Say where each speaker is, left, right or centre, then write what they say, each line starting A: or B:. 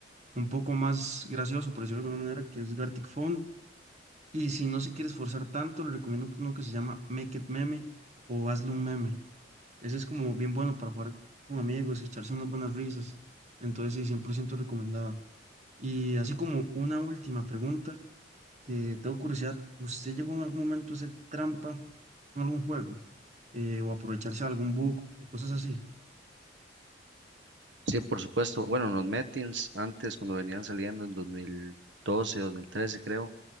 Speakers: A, on the right (about 40°); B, on the right (about 75°).
A: un poco más gracioso, por decirlo de alguna manera, que es Gartic Phone. Y si no se quiere esforzar tanto, le recomiendo uno que se llama Make It Meme o Hazle un Meme. Ese es como bien bueno para jugar con amigos, y echarse unas buenas risas. Entonces sí, 100% recomendado. Y así como una última pregunta, que tengo curiosidad, ¿usted llegó en algún momento a hacer trampa en algún juego? Eh, o aprovecharse de algún bug o cosas así.
B: Sí, por supuesto. Bueno, los Metins antes, cuando venían saliendo en 2012, 2013, creo,